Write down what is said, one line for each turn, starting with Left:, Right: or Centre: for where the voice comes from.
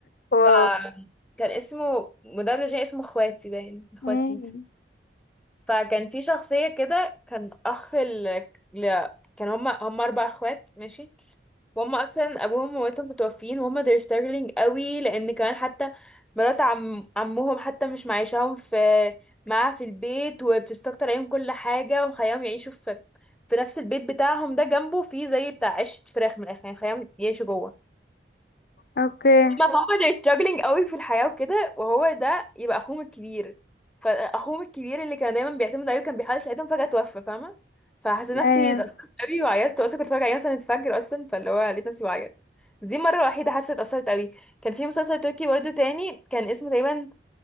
Left: واو
Centre: ف كان اسمه مدبلج يعني اسمه اخواتي باين اخواتي
Left: مم.
Centre: فكان في شخصية كده كان أخ ال... ل... كان هما هما أربع أخوات ماشي وهم أصلا أبوهم ومامتهم متوفيين وهم they're struggling قوي لأن كمان حتى مرات عم... عمهم حتى مش معيشاهم في معاها في البيت وبتستكتر عليهم كل حاجة ومخليهم يعيشوا في في نفس البيت بتاعهم ده جنبه فيه زي بتاع عيشة فراخ من الآخر يعني مخليهم يعيشوا جوه
Left: اوكي
Centre: ما فهم they're struggling قوي في الحياة وكده وهو ده يبقى اخوهم الكبير فاخوهم الكبير اللي كان دايما بيعتمد عليه وكان بيحاول يساعدهم فجأة توفى فاهمة فحسيت نفسي
Left: ايوه
Centre: اتأثرت قوي وعيطت اصلا كنت بتفرج عليه مثلا الفجر اصلا فاللي هو لقيت نفسي بعيط دي المرة الوحيدة حاسة اتأثرت قوي كان في مسلسل تركي برضه تاني كان اسمه تقريبا